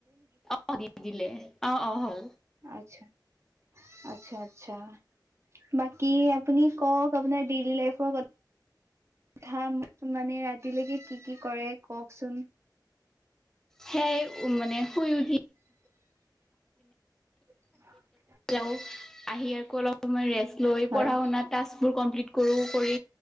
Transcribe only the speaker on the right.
আচ্ছা আচ্ছা আচ্ছা। বাকী আপুনি কওক আপোনাৰ ডেইলি লাইফৰ ক থা মানে ৰাতিলৈকে কি কি কৰে কওকচোন?
<inaudible>
হয়,